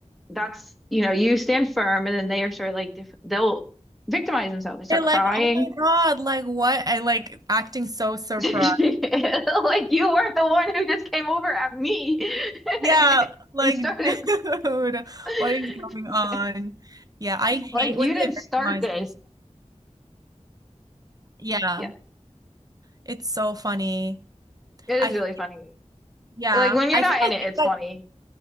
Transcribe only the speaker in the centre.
that's, you know, you stand firm, and then they are sort of like def they'll victimize themselves. They start
crying.
<laughs> Like you weren't the one who just came over at me
<laughs>
and started.
<laughs>
Like
you
didn't
start this.
Yeah,
it
is really funny.
Like when you're
not
in
it, it's
funny.